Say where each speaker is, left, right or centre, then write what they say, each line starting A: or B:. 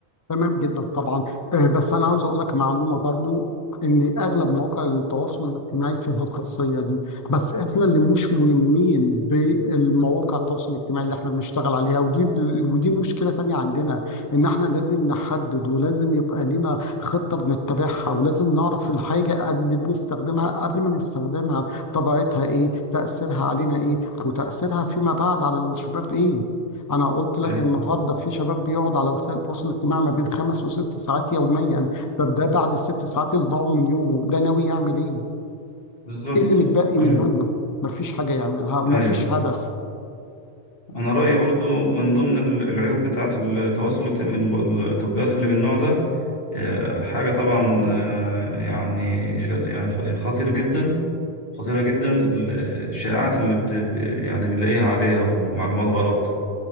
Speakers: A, on the left; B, on the left.
A: تمام جدا طبعا آه، بس انا عاوز اقول لك معلومه برضو ان اغلب مواقع التواصل الاجتماعي فيها الخاصيه دي بس احنا اللي مش ملمين بالمواقع التواصل الاجتماعي اللي احنا بنشتغل عليها ودي ب... ودي مشكله تانية عندنا ان احنا لازم نحدد ولازم يبقى لنا خطه بنتبعها ولازم نعرف الحاجه اللي بنستخدمها قبل ما نستخدمها طبيعتها ايه تاثيرها علينا ايه وتاثيرها فيما بعد على الشباب ايه انا قلت لك
B: ايوه
A: النهارده في شباب بيقعد على وسائل التواصل الاجتماعي ما بين خمس وست ساعات يوميا طب ده بعد الست ساعات اللي ضاعوا من يومه ده ناوي يعمل ايه؟
B: بالظبط
A: ايه اللي متبقي
B: امم
A: من يومه؟ مفيش حاجه يعملها ومفيش
B: ايوه
A: هدف
B: انا رايي برضو من ضمن ال- العيوب بتاعه التواصل الاجتماعي التطبيقات اللي من النوع ده آه، حاجه طبعا آه، يعني ش- يعني خ- يعني خطير جدا خطيره جدا ال- الشائعات اللي بت ب- يعني بنلاقيها عليها ومعلومات غلط